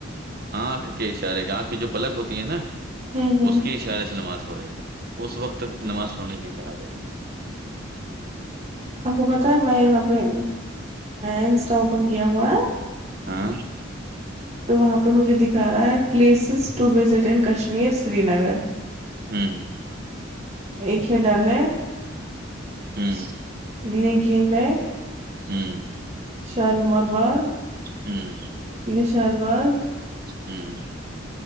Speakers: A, on the right; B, on the right.
A: آنکھ کے اشارے کے آنکھ کی جو پلک ہوتی ہے نا
B: ہوں
A: اس کے اشارے سے نماز پڑھے اس وقت تک نماز پڑھنے کے لیے کہا گیا ہے
B: آپ کو پتہ ہے میں یہاں پہ انسٹا اوپن کیا ہوا ہے
A: ہاں
B: تو وہاں پہ مجھے دکھا رہا ہے places to visit in Kashmir Srinagar
A: ہاں
B: ایک ش ڈ ل
A: ہوں
B: نگی لگ
A: ہاں
B: شال نمار باغ
A: ہوں
B: نشال بغ
A: ہوں